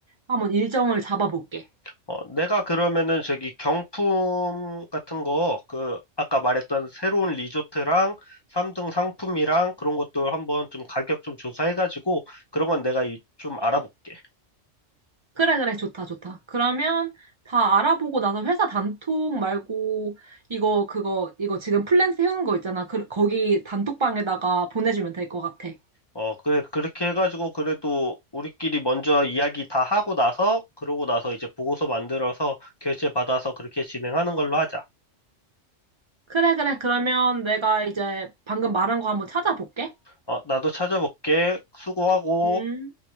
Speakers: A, on the right; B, on the left.
A: 한번 일정을 잡아볼게.
B: 어, 내가 그러면은 저기 경품 같은 거, 그, 아까 말했던 새로운 리조트랑 3등 상품이랑 그런 것도 한번 좀 가격 좀 조사해가지고, 그런 건 내가 이- 좀 알아볼게.
A: 그래, 그래. 좋다, 좋다. 그러면 다 알아보고 나서 회사 단톡 말고 이거, 그거, 이거 지금 플랜 세우는 거 있잖아. 그, 거기 단톡방에다가 보내주면 될 것 같아.
B: 어, 그래, 그렇게 해가지고, 그래도 우리끼리 먼저 이야기 다 하고 나서, 그러고 나서 이제 보고서 만들어서 결제 받아서 그렇게 진행하는 걸로 하자.
A: 그래, 그래. 그러면 내가 이제 방금 말한 거 한번 찾아볼게.
B: 어, 나도 찾아볼게. 수고하고.
A: 음.